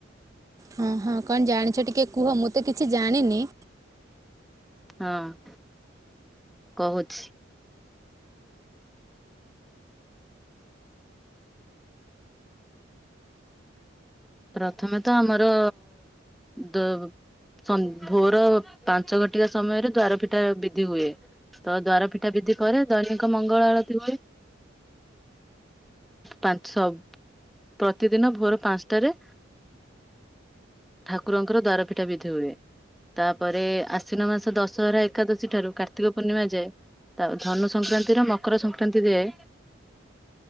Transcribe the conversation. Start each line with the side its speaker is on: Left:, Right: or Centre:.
Right: ହଁ ହଁ କଣ ଜାଣିଛ ଟିକେ କୁହ ମୁଁ ତ କିଛି ଜାଣିନି।
Centre: ହଁ କହୁଛି। ପ୍ରଥମେ ତ ଆମର ଦୋ ସ ଭୋର ପାଞ୍ଚ ଘଣ୍ଟିକା ସମୟରେ ଦ୍ଵାର ପିଠା ବିଧି ହୁଏ। ତ ଦ୍ୱାର ପିଠା ବିଧି କରେ ଦୈନିକ ମଙ୍ଗଳ ଆଳତି ହୁଏ। ପାଞ୍ଚ ପ୍ରତିଦିନ ଭୋର ପାଞ୍ଚଟାରେ ଠାକୁରଙ୍କର ଦ୍ୱାରପିଠା ବିଧି ହୁଏ। ତାପରେ ଆଶ୍ୱିନ ମାସ ଦଶହରା ଏକାଦଶୀ ଠାରୁ କାର୍ତ୍ତିକ ପୂର୍ଣ୍ଣିମା ଯାଏ। ତା ଧନୁ ସଂକ୍ରାନ୍ତିର ମକର ସଂକ୍ରାନ୍ତି ଦିଏ।